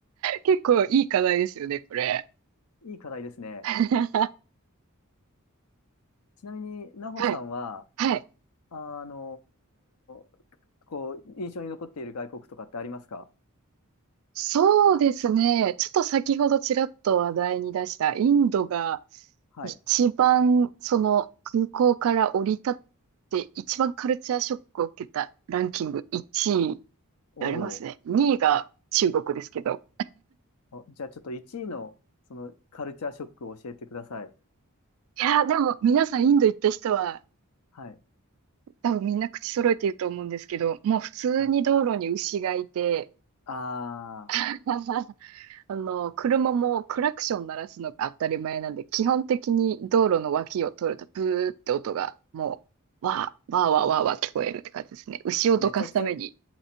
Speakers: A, on the right; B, on the left.
A: 結構いい課題ですよね、これ。
B: いい課題ですね。
A: <laughs>
B: ちなみに、なほさんは、
A: はい。はい。
B: あのーこう、印象に残っている外国とかってありますか
A: そうですね。ちょっと先ほどちらっと話題に出したインドが
B: はい。
A: 一番その空港から降り立って一番カルチャーショックを受けたランキング1位
B: おー。
A: でありますね。2位が中国ですけど。
B: あじゃあちょっと1位の、その、カルチャーショックを教えてください。
A: いやーでも皆さんインド行った人は
B: はい。
A: 多分みんな口揃えて言うと思うんですけど、もう普通に道路に牛がいて、
B: はい。あ
A: <laughs> あの、車もクラクション鳴らすのが当たり前なんで、基本的に道路の脇を通るとブーって音がもう、わー、わーわーわーわー聞こえるって感じですね。牛をどかすために。
B: ー、めちゃくちゃ、